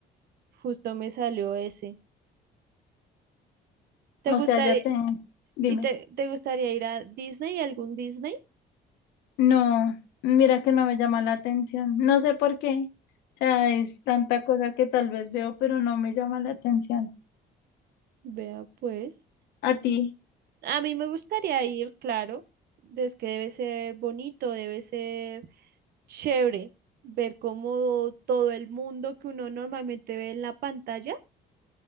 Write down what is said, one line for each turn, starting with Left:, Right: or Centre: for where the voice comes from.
Right: justo me salió ese. ¿Te
Left: O
Right: gustaría,
Left: sea, ya te... Dime.
Right: y te, te gustaría ir a Disney, algún Disney?
Left: No, mira que no me llama la atención. No sé por qué. O sea, es tanta cosa que tal vez veo, pero no me llama la atención.
Right: Vea pues.
Left: A ti
Right: A mí me gustaría ir, claro, es que debe ser bonito, debe ser chévere ver cómo todo el mundo que uno normalmente ve en la pantalla,